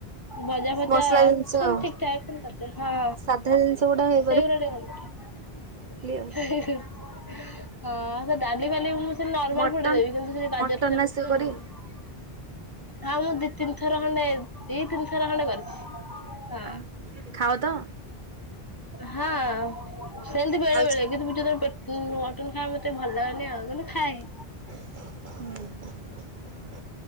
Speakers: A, on the left; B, on the right.
A: ଭଜା, ଫଜା
B: ମସଲା ଜିନିଷ
A: ସେମିତି
B: ଆଉ
A: ଠିକ ଠାକ କରି କରିପାରେ। ହଁ
B: ସାଧା ଜିନିଷ ଗୁଡା ହେ
A: ସେଇ ପୁରା ଟିକେ ଭଲ କରେ।
B: ଆଉ
A: ହଁ ସେ ଡାଲି ଫାଲି ମୁଁ ସେ ନର୍ମାଲ
B: ମଟନ୍
A: ଫୁଟେଇ ଦେବି। କିନ୍ତୁ
B: ମଟନ୍ ଆସେ
A: ସେ
B: କରି
A: <unintelligible> ଆ ମୁଁ ଦି, ତିନିଥର ଖଣ୍ଡେ, ଦି, ତିନିଥର ଖଣ୍ଡେ କରିଛି। ହଁ
B: ଆ ଖାଅ ତ?
A: ହଁ। ସେମତି ବେଳେ
B: ଖାଉଚ
A: ବେଳେ। କିନ୍ତୁ ଯେତେବେଳେ ମୁ ମଟନ୍ ଖାଏ ମତେ ଭଲ ଲାଗେନି ଆଉ। କିନ୍ତୁ ଖାଏ।
B: ହୁଁ <inaudible>